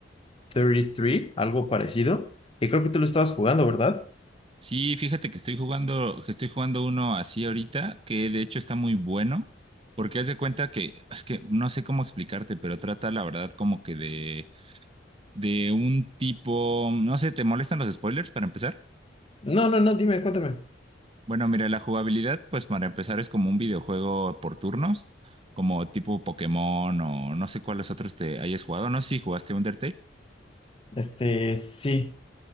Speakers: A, on the left (about 30°); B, on the right (about 30°).
A: 33, algo parecido, y creo que tú lo estabas jugando, ¿verdad?
B: Sí, fíjate que estoy jugando, que estoy jugando uno así ahorita, que de hecho está muy bueno, porque haz de cuenta que, es que no sé cómo explicarte, pero trata la verdad como que de, de un tipo, no sé, ¿te molestan los spoilers para empezar?
A: No, no, no, dime, cuéntame.
B: Bueno, mira, la jugabilidad, pues para empezar es como un videojuego por turnos, como tipo Pokémon o no sé cuáles otros te hayas jugado, no sé si jugaste Undertale.
A: Este, sí.